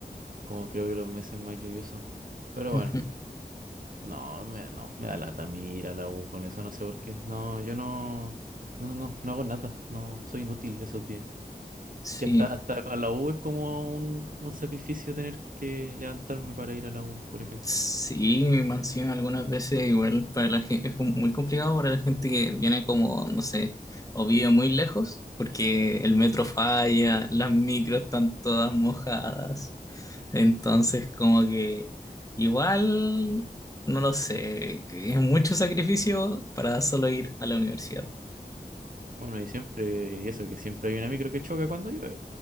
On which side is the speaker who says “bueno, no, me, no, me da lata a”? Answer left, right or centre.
Right